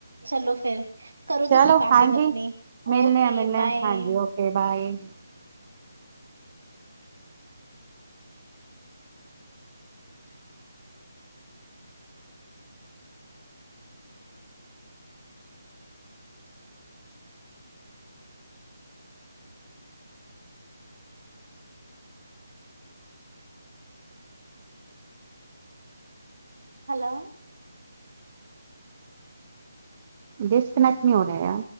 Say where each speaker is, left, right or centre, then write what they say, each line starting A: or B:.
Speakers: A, on the right; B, on the right.
A: ਚਲੋ ਫੇਰ, ਕਰੋ
B: ਚਲੋ
A: ਤੁਸੀ ਪੈਕਿੰਗ
B: ਹਾਂਜੀ
A: ਅਪਨੀ
B: ਮਿਲਣੇ
A: ਓਕੇ,
B: ਆ ਮਿਲਣੇ
A: bye.
B: ਆ ਹਾਂਜੀ Okay, bye.
A: Hello.
B: Disconnect ਨੀ ਹੋ ਰੇਆ